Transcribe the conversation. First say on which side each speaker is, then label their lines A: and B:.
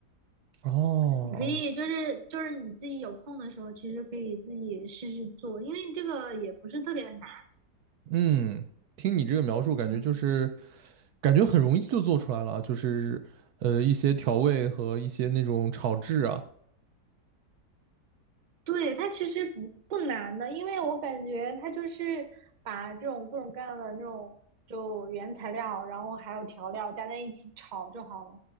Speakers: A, on the right; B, on the right.
A: 哦，
B: 你可以就是就是你自己有空的时候，其实可以自己试试做，因为这个也不是特别难。
A: 嗯，听你这个描述，感觉就是
B: 嗯。
A: 感觉很容易就做出来了啊，就是呃一些调味和一些那种炒制啊。
B: 对，它其实不不难的，因为我感觉它就是把这种各种各样的那种就原材料，然后还有调料加在一起炒就好了，